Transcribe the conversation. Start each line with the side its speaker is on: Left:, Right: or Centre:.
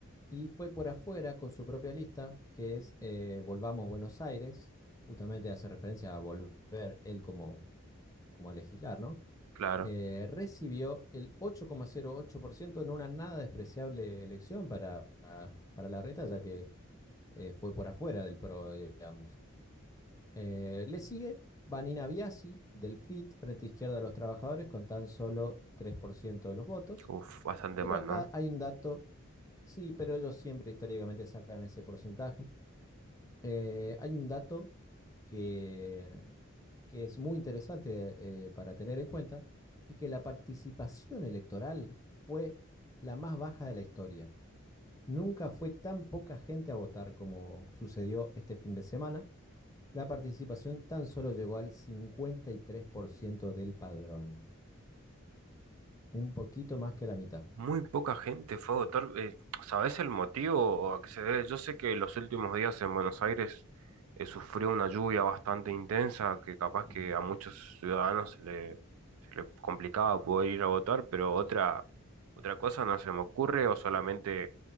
Left: y fue por afuera con su propia lista, que es eh, Volvamos Buenos Aires, justamente hace referencia a volver él como, como a legislar, ¿no?
Right: Claro.
Left: Eh, recibió el 8,08% en una nada despreciable elección para, para Larreta, ya que eh, fue por afuera del PRO, digamos. Eh, le sigue Vanina Biasi del FIT, Frente Izquierda de los Trabajadores, con tan solo 3% de los votos.
Right: Uf, bastante
Left: Pero
Right: mal,
Left: acá
Right: ¿no?
Left: hay un dato, sí, pero ellos siempre históricamente sacan ese porcentaje. Eh, hay un dato que, que es muy interesante eh, para tener en cuenta y que la participación electoral fue la más baja de la historia. Nunca fue tan poca gente a votar como sucedió este fin de semana la participación tan solo llegó al 53% del padrón, un poquito más que la mitad.
Right: Muy poca gente fue a votar. Eh, ¿sabés el motivo a que se debe? Yo sé que los últimos días en Buenos Aires eh, sufrió una lluvia bastante intensa que capaz
Left: Ujú,
Right: que a muchos ciudadanos se le, se le complicaba poder ir a votar, pero otra, otra cosa no se me ocurre o solamente